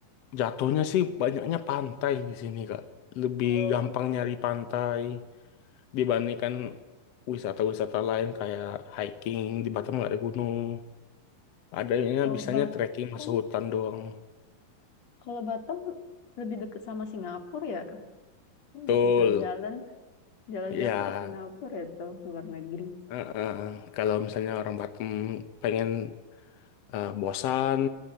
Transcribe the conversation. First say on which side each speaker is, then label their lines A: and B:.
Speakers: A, on the left; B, on the left.
A: jatuhnya sih banyaknya pantai di sini Kak. Lebih
B: Kalau
A: gampang nyari pantai dibandingkan wisata-wisata lain kayak hiking di Batam nggak ada gunung. Adanya
B: kalau
A: bisanya
B: Batam,
A: trekking masuk hutan doang.
B: kalau Batam lebih dekat sama Singapura ya. Oh,
A: Betul.
B: bisa jalan-jalan, jalan-jalan
A: Ya,
B: ke Singapura itu luar negeri.
A: eh, eh, kalau misalnya orang Batam pengen eh, bosan,